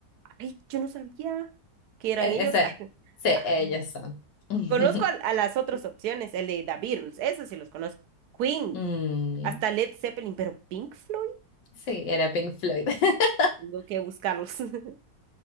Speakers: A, on the right; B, on the left.
A: ay, yo no sabía. que eran
B: E-
A: ellos.
B: Ese,
A: <laughs>
B: sí,
A: Ah,
B: ellos son. <laughs>
A: Conozco a, a las otras opciones, el de The Beatles, eso sí los conozco. Queen,
B: Mm,
A: hasta Led Zeppelin, pero Pink Floyd,
B: sí, era Pink Floyd. <laughs>
A: tengo que buscarlos. <laughs>